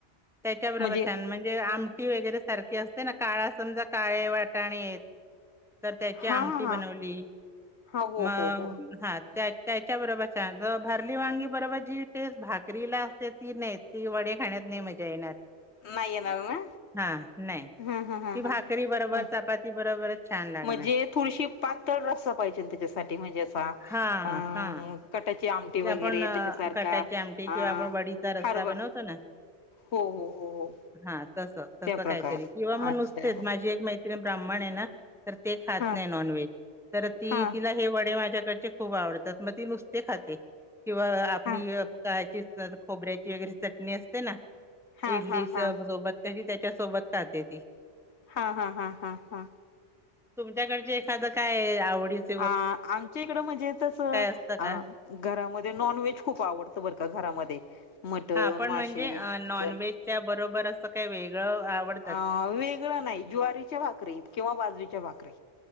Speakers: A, in the centre; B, on the left.
A: त्याच्या बरोबर
B: म्हणजे
A: छान म्हण ते आमटी वगैरे सारखी असते ना काळा समजा काळे वाटाणे तर त्याची
B: हा
A: आमटी
B: हा
A: बनवली
B: हा हा हो
A: मग
B: हो हो
A: हा त्या-त्या त्या बरोबर असते भरली वांगी बरोबर जी ते भाकरी ला असते ती नाही येत ती वडे खाण्यात नाही मजा येणार
B: नाही येणार ना
A: हा नाही
B: हा हा हा
A: ती भाकरी
B: हा
A: बरोबर
B: नाही
A: चपाती बरोबरच छान लागणार.
B: म्हणजे थोडीशी पातळ रस्सा पाहिजे त्याच्यासाठी म्हणजे असा
A: हां,
B: अ
A: हां.
B: कटाची आमटी वगैरे
A: आपण
B: त्याच्यासारखा
A: कटाची आमटी किंवा
B: अ
A: आपण वडीचा रस्सा
B: हरवा
A: बनवतो ना
B: हो हो हो हो
A: हा तस-तस
B: त्या प्रकार
A: काही तरी किंवा मग
B: अच्छा
A: नुसतेच माझी एक मैत्रिन भ्राम्हण आहे ना तर ते खात
B: हा
A: नाही नॉनव्हेज तर ती
B: हा
A: तिला हे वडे माझ्याकडचे खूप आवडतात मग ती नुसते खाते. किंवा आ
B: हा हा
A: <inaudible> खोबऱ्याची वगैरे चटणी असते ना.
B: हा
A: इडलीच
B: हा हा
A: सोबत कधी त्याच्या सोबत खाते ती.
B: हा-हा-हा-हा-हा.
A: तुमच्याकडचे एखादं काय आवडीच
B: अ आमच्या इकडं म्हणजे तस
A: असतं
B: अ
A: का?
B: घरामध्ये नॉन व्हेज खूप आवडतं बरं का घरामध्ये मटण
A: हा पण
B: मासे
A: म्हणजे
B: चिकन
A: नॉनव्हेजच्या बरोबर असं काही वेगळं आवड
B: अ वेगळं नाही ज्वारीचे भाकरीे किंवा बाजरीच्या भाकरीे